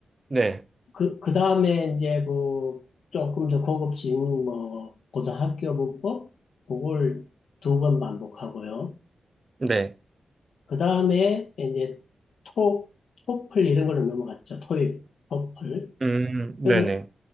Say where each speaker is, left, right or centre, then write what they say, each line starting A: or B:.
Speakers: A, on the right; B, on the left.
A: 네.
B: 그, 그 다음에 이제 그 조금 더 고급진 뭐 고등학교 문법, 그걸 두 번 반복하고요.
A: 네.
B: 그 다음에 이제 토, 토플 이런 걸로 넘어갔죠. 토익, 토플.
A: 음, 네네.
B: 그래서